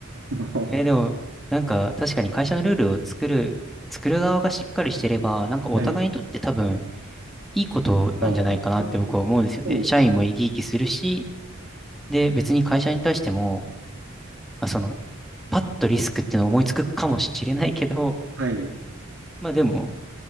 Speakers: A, on the right (about 65°); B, in the centre.
A: すね。<laughs>
B: えー、でも、なんか確かに会社のルールを作る、作る側がしっかりしてれば、なんかお互いにとって多分
A: はい。
B: いいことなんじゃないかなって僕は思うんですよね。
A: あ、本当にそうですね。
B: 社員も生き生きするし、で、別に会社に対しても、まあ、その、パッとリスクっていうのを思いつくかもしれないけど、
A: はい。い
B: まあでも、